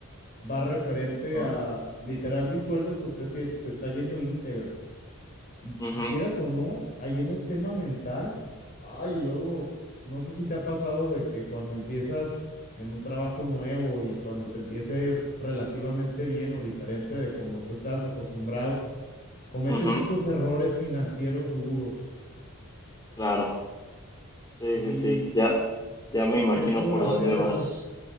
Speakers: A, on the left; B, on the left.
A: va referente
B: Ujú,
A: a literal mi sueldo se está, se está yendo íntegro. Y,
B: ujú,
A: y quieras o no, ahí en el tema mental, ay, luego, no sé si te ha pasado de que cuando empiezas en un trabajo nuevo y cuando te empieza a ir relativamente bien o diferente de como tú estabas acostumbrado, cometes
B: ujú,
A: estos errores financieros duros
B: claro. Sí,
A: y
B: sí, sí. Ya, ya
A: opté
B: me imagino
A: por
B: por
A: hacer
B: dónde
A: eso.
B: vas.